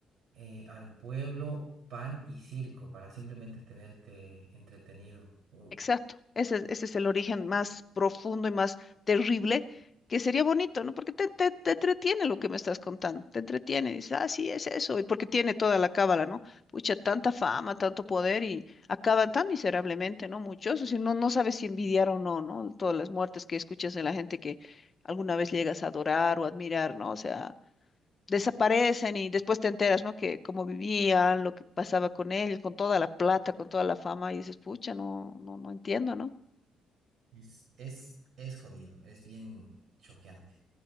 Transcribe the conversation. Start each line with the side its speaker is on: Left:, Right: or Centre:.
Right: eh, al pueblo pan y circo para simplemente tenerte entretenido. U-
Left: Exacto, ese, es- ese es el origen más profundo y más terrible, que sería bonito, ¿no? Porque te, te, te entretiene lo que me estás contando, te entretiene, dices, ah, sí, es eso, y porque tiene toda la cábala, ¿no? Pucha, tanta fama, tanto poder y acaban tan miserablemente, ¿no? Muchos, o sea, no, no sabes si envidiar o no, ¿no? Todas las muertes que escuchas de la gente que alguna vez llegas a adorar o admirar, ¿no? O sea desaparecen y después te enteras, ¿no? Que cómo vivían, lo que pasaba con ellos, con toda la plata, con toda la fama, y dices, pucha, no, no, no entiendo, ¿no?
Right: es, es, es jodido, es bien choqueante.